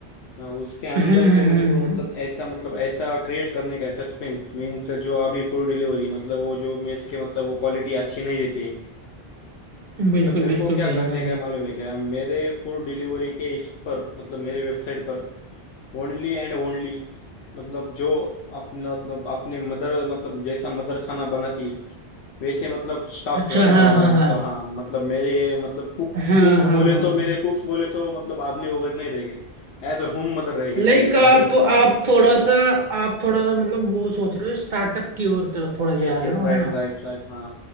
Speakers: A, on the left; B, on the right.
A: हाँ, उसके अंदर
B: हम्म हम्म
A: तो मेरे को
B: हम्म
A: मतलब ऐसा मतलब ऐसा क्रिएट करने का सस्पेंस मीन्स जो अभी फूड डिलीवरी मतलब वो जो मेस के मतलब वो क्वालिटी अच्छी नहीं देती
B: हम्म, बिल्कुल
A: मतलब मेरे
B: बिल्कुल
A: को क्या
B: भाई
A: करने
B: हाँ
A: का है मालूम है क्या मेरे फूड डिलीवरी के इस पर मतलब मेरे वेबसाइट पर ओनली एंड ओनली मतलब जो अपना मतलब अपने मदर मतलब जैसा मदर खाना बनाती है वैसे मतलब स्टाफ
B: अच्छा
A: रोकने
B: हाँ
A: वाला
B: हाँ
A: हूँ मतलब
B: हाँ
A: हाँ मतलब मेरे मतलब कुक्स
B: हाँ
A: कुक्स
B: हाँ
A: बोले
B: हाँ
A: तो मेरे
B: हाँ
A: कुक्स बोले तो मतलब आदमी वगैरह नहीं रहेंगे एज अ होम मदर रहेगी
B: लाइक
A: मेरे mothers
B: आप आप
A: cook
B: थोड़ा सा आप थोड़ा सा मतलब वो सोच रहे हो स्टार्टअप की ओर तरफ थोड़ा जा
A: Yes
B: रहे
A: yes
B: हो
A: right
B: है
A: right right हाँ